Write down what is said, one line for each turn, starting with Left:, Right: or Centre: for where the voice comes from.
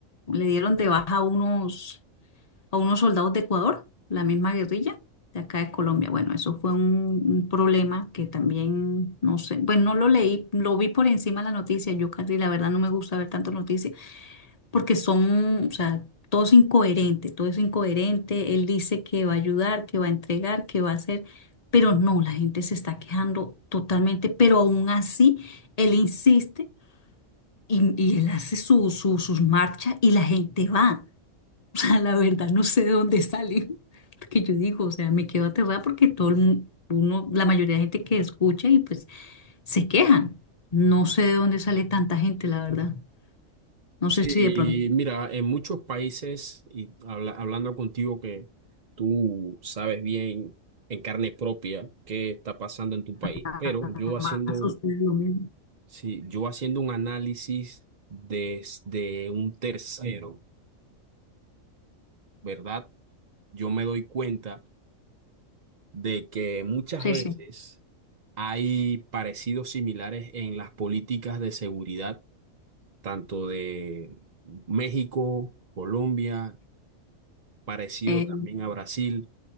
Left: le dieron de baja a unos, a unos soldados de Ecuador, la misma guerrilla de acá de Colombia. Bueno, eso fue un, un problema que también, no sé, bueno, no lo leí, lo vi por encima de la noticia, yo casi la verdad no me gusta ver tantas noticias porque son, o sea, todo es incoherente, todo es incoherente. Él dice que va a ayudar, que va a entregar, que va a hacer, pero no, la gente se está quejando totalmente, pero aún así él insiste y, y él hace su, su- sus marchas y la gente va. <laughs> O sea, la verdad, no sé de dónde salen. Porque <laughs> yo digo, o sea, me quedo aterrada porque todo el mundo, uno, la mayoría de gente que escucha y pues se quejan. No sé de dónde sale tanta gente, la verdad. No
Right: Sí,
Left: sé si de pronto.
Right: mira, en muchos países, y habla- hablando contigo que tú sabes bien en carne propia qué está pasando en tu país,
Left: Panamá
Right: pero yo haciendo,
Left: sucede lo mismo.
Right: sí, yo haciendo un análisis desde un tercero, ¿verdad? Yo me doy cuenta de que muchas
Left: Sí,
Right: veces
Left: sí.
Right: Hay parecidos similares en las políticas de seguridad, tanto de México, Colombia, parecido
Left: eh,
Right: también a Brasil.